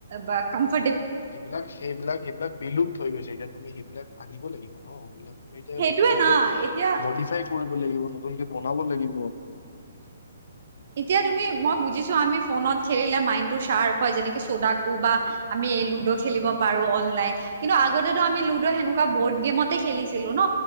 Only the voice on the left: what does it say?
এইবিলাক সেইবিলাক সেইবিলাক বিলুপ্ত হৈ গৈছে এতিয়া তুমি। এইবিলাক আনিব লাগিব নবিলাক।
নতুনকে
মডিফাই। কৰিব লাগিব নতুনকে বনাব লাগিব!